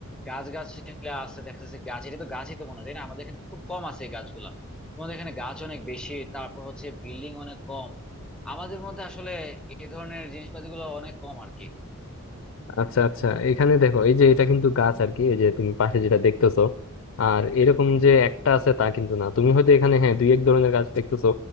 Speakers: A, in the centre; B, on the left (about 55°).
A: গাছ গাছগুলা আছে দেখা যাচ্ছে গাছ এটা তো গাছই তো মনে হয় তাই না আমাদের এখানে খুব কম আছে এই গাছগুলা তোমাদের এখানে গাছ অনেক বেশি তারপর হচ্ছে বিল্ডিং অনেক কম আমাদের মধ্যে আসলে এই ধরনের জিনিসপাতি গুলো অনেক কম আর কি
B: আচ্ছা আচ্ছা এখানে দেখো এই যে এটা কিন্তু গাছ আর কি এই যে তুমি পাশে যেটা দেখতেছো আর এরকম যে একটা আছে তা কিন্তু না তুমি হয়তো এখানে হ্যাঁ দুই এক ধরনের গাছ দেখতেছো